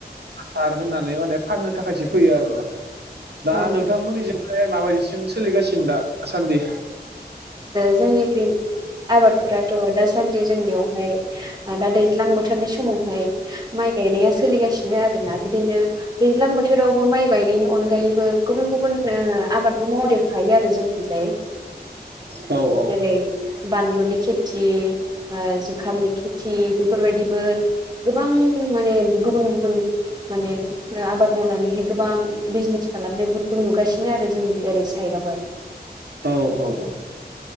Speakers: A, on the right; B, on the right.
A: हासार होनानै माने फाननो थाखायसो फैयो आरो ना। दा
B: ओ
A: नोंथांमोननिजोंहाय माबायदिसिं सोलिगासिनो दा आसान्दि।
B: जोंनिखि आबादफोराथ' दासान्दि जोंनियावहाय दा दैज्लां बोथोरनि समावहाय माइ गायनाया सोलिगासिनो आरोना बिदिनो दैज्लां बोथोरावबो माइ गायनायनि अनगायैबो गुबुन गुबुन ओ आबादबो मावदेरखायो आरो जोंखिजाय
A: औ औ
B: जेरै बानलुनि खेथि ओ जुखामनि खेथि बेफोरबायदिबो गोबां माने गुबुन गुबुन माने आबाद मावनानैहाय गोबां बिजनेस खालामनायफोरखौ नुगासिनो आरो जोंनि ओरै साइदआवहाय
A: औ औ औ।